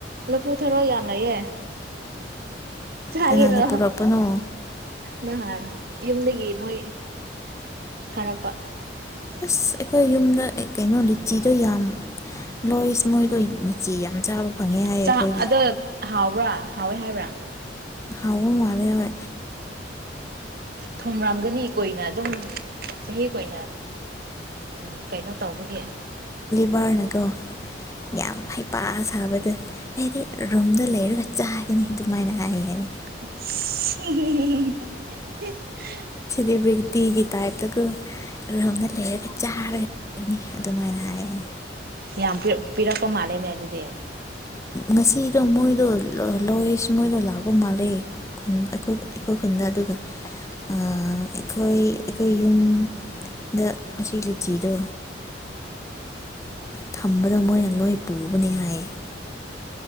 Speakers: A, on the right; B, on the left.
A: ꯂꯐꯨ ꯊꯔꯣ ꯌꯥꯝ ꯂꯩꯌꯦ ꯆꯥꯒꯦꯔꯣ
B: ꯀꯅꯥꯅ ꯄꯨꯔꯛꯄꯅꯣ
A: ꯍ ꯅꯍꯥꯟ ꯌꯨꯝꯗꯒꯤ ꯃꯣꯏ ꯊꯥꯔꯛꯄ
B: ꯑꯁ ꯑꯩꯈꯣꯏ ꯌꯨꯝꯗ ꯀꯩ ꯀꯩꯅꯣ ꯂꯤꯆꯤꯗꯣ ꯌꯥꯝ ꯂꯣꯏꯁ ꯃꯣꯏꯗꯣ ꯂꯤꯆꯤ ꯌꯥꯝ ꯆꯥꯕ ꯐꯪꯉꯦ ꯍꯥꯏꯌꯦ
A: ꯆꯥ
B: ꯑꯩꯈꯣꯏꯒꯤ
A: ꯑꯗ ꯍꯥꯎꯕ꯭ꯔꯥ ꯍꯥꯎꯋꯦ ꯍꯥꯏꯕ꯭ꯔꯥ
B: ꯍꯥꯎꯕ ꯃꯥꯜꯂꯦꯕ
A: ꯊꯨꯝꯔꯝꯒꯅꯤ ꯀꯨꯏꯅ ꯑꯗꯨꯝ ꯆꯍꯤ ꯀꯨꯏꯅ ꯎꯝ ꯀꯩꯅꯣ ꯇꯧꯕꯒꯤ
B: ꯕꯔꯅꯀꯣ ꯌꯥꯝ ꯍꯩꯄꯥ ꯁꯥꯕꯗ ꯑꯩꯗꯤ ꯔꯨꯝꯗ ꯂꯩꯔꯒ ꯆꯥꯒꯅꯤ ꯑꯗꯨꯃꯥꯏꯅ ꯍꯥꯏ ꯍꯥꯏꯌꯦ
A: ꯎꯝ ꯁꯤꯁꯁ- ꯎꯝ ꯍꯨꯝ-ꯍꯨꯝ- ꯍꯝ-ꯍꯝ-
B: ꯑꯦꯕ꯭ꯔꯤꯒꯤꯇꯤꯒꯤ ꯇꯥꯏꯞꯇꯀꯣ ꯔꯨꯝꯗ ꯂꯩꯔꯒ ꯆꯥꯔꯒ ꯂꯩꯅꯤ ꯑꯗꯨꯃꯥꯏꯅ ꯍꯥꯏ ꯍꯥꯏꯌꯦ
A: ꯌꯥꯝ ꯄꯤꯔꯛ ꯄꯤꯔꯛꯄ ꯃꯥꯜꯂꯦꯅꯦ ꯑꯗꯨꯗꯤ
B: ꯉꯁꯤꯗꯣ ꯃꯣꯏ ꯂꯣ ꯂꯣ ꯂꯣꯏꯁ ꯃꯣꯏꯗꯣ ꯂꯥꯛ ꯄ ꯃꯥꯜꯂꯦ ꯈꯨꯟꯇ ꯀꯣ ꯑꯩꯈꯣꯏ ꯈꯨꯟꯗ ꯑꯗꯨꯒ ꯑꯑ- ꯑꯩꯈꯣꯏ ꯑꯩꯈꯣꯏ ꯌꯨꯝ ꯗ ꯑꯁꯤ ꯂꯤꯆꯤꯗꯣ ꯊꯝꯕꯗ ꯃꯣꯏꯅ ꯂꯣꯏ ꯄꯨꯕꯅꯤ ꯍꯥꯏꯌꯦ